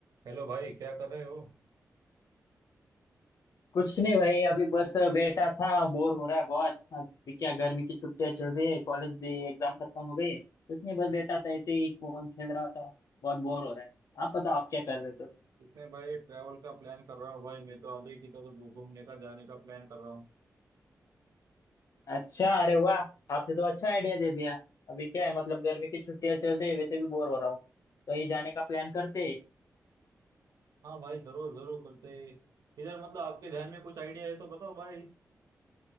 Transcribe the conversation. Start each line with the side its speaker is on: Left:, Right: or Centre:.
Right: Hello भाई क्या कर रहे हो
Left: कुछ नहीं भाई अभी बस बैठा था बोर हो रहा है बहुत अभी क्या गर्मी की छुट्टियां चल रही है कॉलेज भी एग्जाम खत्म हो गई है कुछ नहीं बस बैठा था ऐसे ही फोन खेल रहा था बहुत बोर हो रहा है आप बताओ आप क्या कर रहे थे
Right: इसमें भाई ट्रैवल का प्लान कर रहा हूँ भाई मैं तो अभी की तो घू- घूमने का जाने का प्लान कर रहा हूँ
Left: अच्छा अरे वाह आपने तो अच्छा आइडिया दे दिया अभी क्या है मतलब गर्मी की छुट्टियां चल रही है वैसे भी बोर हो रहा हूँ तो ये जाने का प्लान करते हैं।
Right: हाँ भाई जरूर जरूर करते हैं। इधर मतलब आपके ध्यान में कुछ आइडिया है तो बताओ भाई